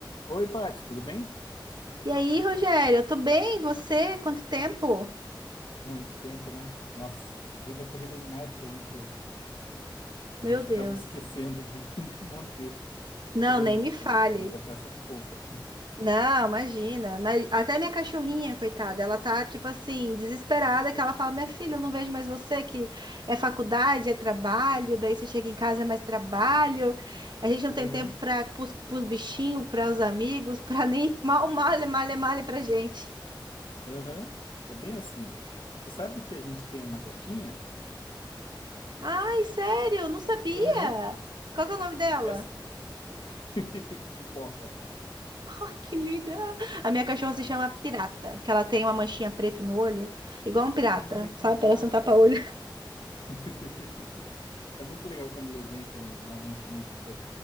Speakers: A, on the left; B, on the right.
A: Oi, Paty, tudo bem?
B: E aí, Rogério, eu tô bem, e você? Quanto tempo?
A: Muito tempo, né? Nossa, a vida é corrida demais pra gente. A
B: Meu
A: gente
B: Deus.
A: acaba esquecendo de, <laughs> de manter
B: Não,
A: os amigos
B: nem me fale.
A: próximos. Até peço desculpa.
B: Não, imagina. Mas até minha cachorrinha, coitada, ela tá tipo assim, desesperada, que ela fala: "Minha filha, eu não vejo mais você, que é faculdade, é trabalho, daí você chega em casa é mais trabalho. A gente não tem
A: Aham,
B: tempo para os bichinhos, para os amigos, para <laughs> nem mal malha, malha, malha pra gente."
A: aham. É bem assim. Você sabe que a gente tem uma gatinha?
B: Ai, sério, não sabia.
A: Aham.
B: Qual que é o nome dela?
A: Essa. <laughs> Pipoca.
B: <laughs> Ai, que linda! A minha cachorra se chama Pirata, que ela tem uma manchinha preta no olho, igual um pirata,
A: Ah, que
B: sabe?
A: massa!
B: Parece um tapa-olho.
A: <laughs> É muito legal quando eles vêm com uma manchinha tipo